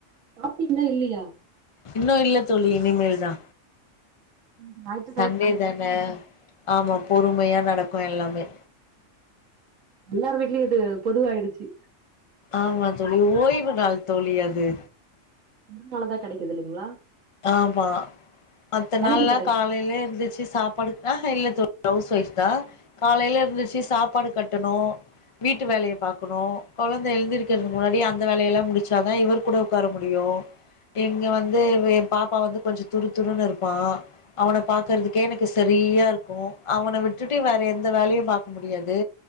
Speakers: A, on the right; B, on the left.
A: சாப்டீங்லா இல்லையா
B: இன்னு இல்ல தோழி இனிமேல் தா
A: ம் நாய்து
B: சண்டே தான ஆமா பொறுமையா நடக்கு எல்லாமே
A: எல்லார் வீட்லயு இது பொதுவாய்டுச்சி
B: ஆமா தோழி ஓய்வு நாள் தோழி அது
A: ம் நாளதா கெடைக்குது இல்லைங்ளா
B: ஆமா மத்த
A: வேலைக்கு
B: நாள்லா
A: போறே
B: காலைலே எந்திச்சி சாப்பாடு ஆஹா இல்ல தோழி ஹவுஸ் ஒயஃப் தா காலைல எந்திச்சி சாப்பாடு கட்டணு வீட்டு வேலைய பாக்கணு கொழந்த எழுந்திருக்கிறதுக்கு முன்னாடி அந்த வேலையெல்லா முடிச்சாதா இவர் கூட உக்கார முடியு இங்க வந்து வே பாப்பா வந்து கொஞ்சோ துரு துருன்னு இருப்பா அவன
A: ஆமா
B: பாக்கறதுக் கே எனக்கு சரியா இருக்கு அவன விட்டுட்டு வேற எந்த வலையு பாக்க முடியாது